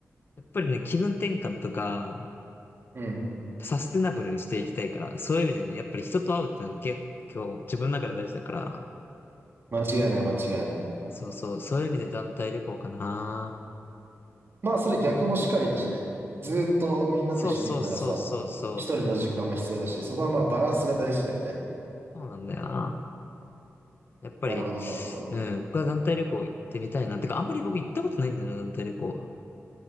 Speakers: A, on the left; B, on the right.
A: やっぱりね、気分転換とか、
B: うん。
A: やっぱサステナブルにしていきたいから、そういう意味でね、やっぱり人と会うってのは結構自分の中で大事だから、
B: 間違いない、間違いない。
A: そうそう、そういう意味で団体旅行かな。
B: まあ、それ逆もしかりだしね。ずーっとみんなと一緒にいたらさ、
A: そうそうそうそうそう。
B: 一人の時間も必要だし、そこはまあバランスが大事だよね。
A: そうなんだよな。やっぱり、
B: なるほど、なるほど。
A: うん、僕は団体旅行行ってみたいな。てか、あんまり僕行ったことないんだよな、団体旅行。